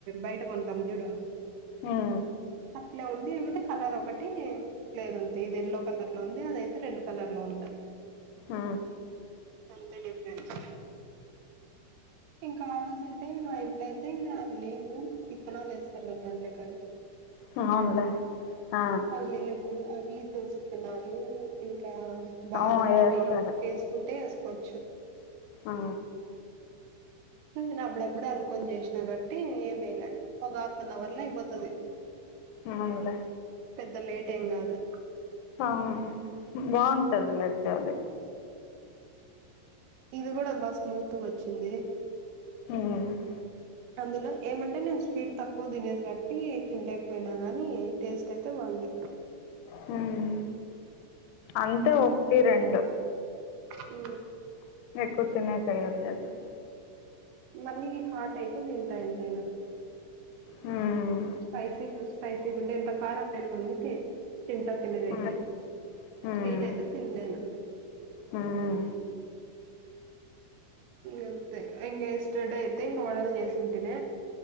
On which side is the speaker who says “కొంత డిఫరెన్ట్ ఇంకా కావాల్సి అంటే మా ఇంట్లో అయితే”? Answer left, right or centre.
Right